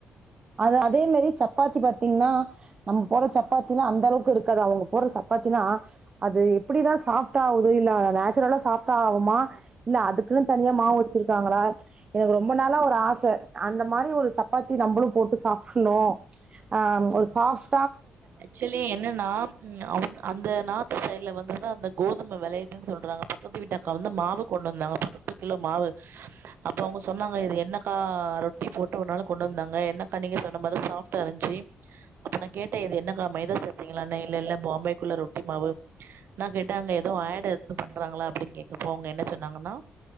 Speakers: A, on the right; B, on the right.
A: அது அதே மேரியே சப்பாத்தி பாத்தீங்னா நம்ம போற சப்பாத்திலா அந்த அளவுக்கு இருக்காது அவ்ங்க போர்ற சப்பாத்தினா அது எப்டிதா சாஃப்ட்டா ஆவ்து இல்ல நேச்சுரலா சாஃப்டா ஆவுமா இல்ல அதுக்குன் தனியா மாவு வச்சிருக்காங்களா எனக்கு ரொம்ப நாளா ஒரு ஆச அந்த மாரி ஒரு சப்பாத்தி நம்பளு போட்டு சாப்புண்ணு ஆ ஒரு சாஃப்
B: ஆக்சுலி என்னன்னா ம் அவ்ங் அந்த நார்த்து சைட்ல வந்து அந்த கோதும வெளயுதுன் சொல்றாங்க பக்கத்து வீட்டக்கா வந்து மாவ கொண்டு வந்தாங்க பத்து கிலோ மாவு அப்ப அவ்ங்க சொன்னாங்க இது என்னக்கா ரொட்டி போட்டுனாலு கொண்டு வந்தாங்க என்னக்கா நீங்க சொன்ன மாரி சாஃப்ட்டா இருந்ச்சி அப்ப நா கேட்ட இது என்னக்கா மைதா சேத்தீங்களான்னு இல்ல இல்ல பாம்பேக்குள்ள ரொட்டி மாவு நா கேட்ட அங்க எதுவு ஆடு எது பண்றாங்களா அப்டின் கேக்கப்போ அவ்ங்க என்ன சொன்னாங்கன்னா